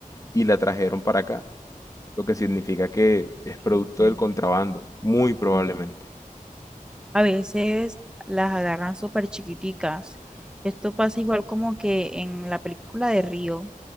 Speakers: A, on the left; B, in the centre.
A: y la trajeron para acá, lo que significa que es producto
B: que
A: del contrabando, muy probablemente.
B: te- A veces las agarran súper chiquiticas. Esto pasa igual como que en la película de Río,